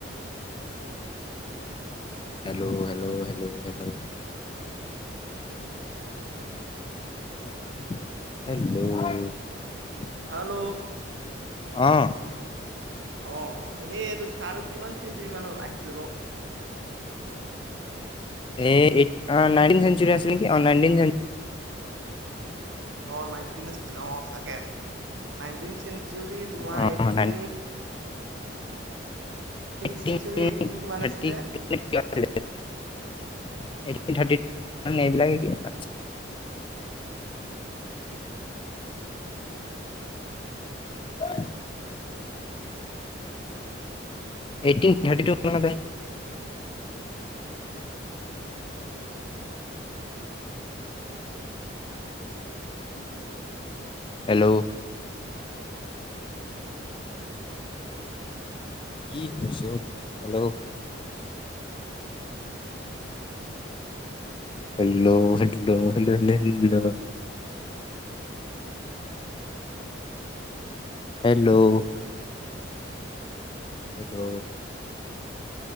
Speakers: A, on the left (about 25°); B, on the right (about 80°).
A: hello hello hello hello hello
B: hello
A: আহ,
B: অ', এনেই এইটো ছাৰ কিমান চেঞ্চুুৰী মানৰ আহিছিলো বাৰু
A: এ এইট নাইনটিন চেন্ঝৰি আছিল নাকি
B: অ', নাইনটিন আছিলে অ চাগে নাইনটিন চেঞ্চুৰী তোমাৰ
A: অ
B: এইটটিন চেঞ্চুৰী
A: ট
B: এইটিন কিমান
A: থাৰট
B: আছিলে
A: এইটটিন থান্ট্ৰিন এইবিলাকে কিমান আ হয়। এইটিন থাৰ্টি টু ম হেল্ল' কি হৈছ হেল্ল' হল' ভল হল লল হেল্ল' এইটো